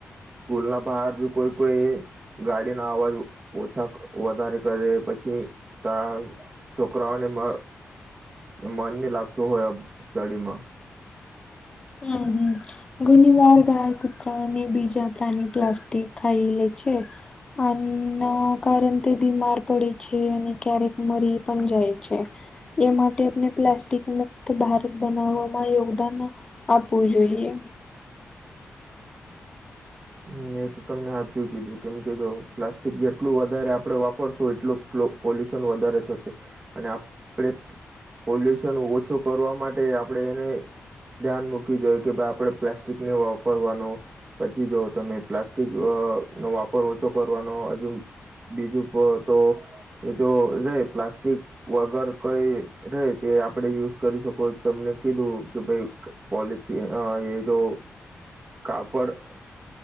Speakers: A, on the right (about 25°); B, on the left (about 20°).
A: સ્કૂલ ના બહાર ભી કોઈ કોઈ.... ગાડીના અવાજ ઓછા વધારે કરે. પછી, ત... છોકરાઓને મ... મન નહીં લાગતું હોય. આ સ્ટડીમાં....
B: હમ હં.... ઘણીવાર ગાય, કુતરા અને બીજા પ્રાણી પ્લાસ્ટિક ખાઈ લે છે. આના કારણથી તે બીમાર પડે છે. અને, ક્યારેક મરી પણ જાય છે. એ માટે આપણે પ્લાસ્ટિક મુક્ત ભારત બનાવવામાં યોગદાન...... આપવું જોઈએ.
A: હા એ તો તમે સાચું કીધું. કેમ કે, પ્લાસ્ટિક જેટલું વધારે આપડે વાપરશું. એટલું, પોલ્યુશન વધારે થશે. અને, આપણે.... પોલ્યુશન ઓછું કરવા માટે, આપણેે એને... ધ્યાન મૂકી જોઈ કે ભાઈ આપડે પ્લાસ્ટિક નહી વાપરવાનો. પછી, જો..... તમે પ્લાસ્ટિક વાપરવા નો ઓછો કરવાનો. હજુ, બીજું તો.... એ જો જાય પ્લાસ્ટિક. વગર કઈ રીતે આપણે યુઝ કરી શકો. તમને કીધું કે, ભાઈ... પોલીથીન એ જો કાપડ.